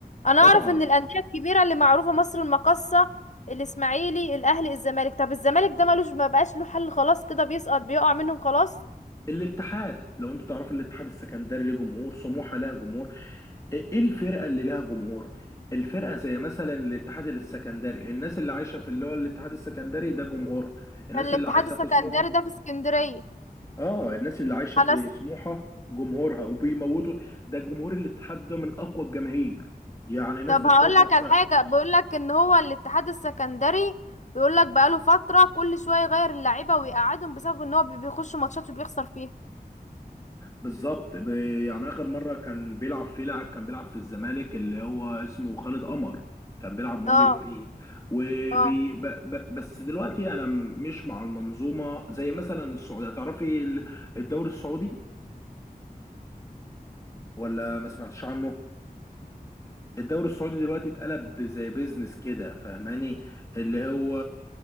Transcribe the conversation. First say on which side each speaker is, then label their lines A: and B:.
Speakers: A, on the left; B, on the left.
A: انا
B: طبعا
A: اعرف ان الانديه الكبيره اللي معروفه مصر المقاصه الاسماعيلي الاهلي الزمالك طب الزمالك ده ملوش ما بقاش له حل خلاص كده بيسقط بيقع منهم خلاص
B: الاتحاد لو انتوا تعرفوا الاتحاد السكندري ليه جمهور سموحه لها جمهور ايه إيه الفرقه اللي لها جمهور الفرقه زي مثلا الاتحاد السكندري الناس اللي عايشه في اللي هو الاتحاد السكندري ده جمهورها الناس
A: الاتحاد
B: اللي عايشه
A: السكندري
B: في سموحه
A: ده في اسكندريه
B: اه الناس اللي عايشه
A: انا
B: في سموحه جمهورها وبيموتوا ده جمهور الاتحاد ده من اقوى الجماهير يعني ناس
A: طب
B: بتموت
A: هقول لك
B: نفسها
A: على حاجه بيقول لك ان هو الاتحاد السكندري بيقول لك بقاله فتره كل شويه يغير اللعيبه ويقعدهم بسبب ان هو بي- بيخش ماتشات وبيخسر فيها
B: بالظبط ب- يعني اخر مره كان بيلعب فيه لاعب كان بيلعب في الزمالك اللي هو اسمه خالد قمر كان بيلعب مهاجم
A: اه
B: فيه وبي
A: اه
B: ب ب بس دلوقتي انا م- مش مع المنظومه زي مثلا السعوديه تعرفي ال- الدوري السعودي ولا ما سمعتش عنه الدوري السعودي دلوقتي اتقلب زي بيزنس كده فاهماني اللي هو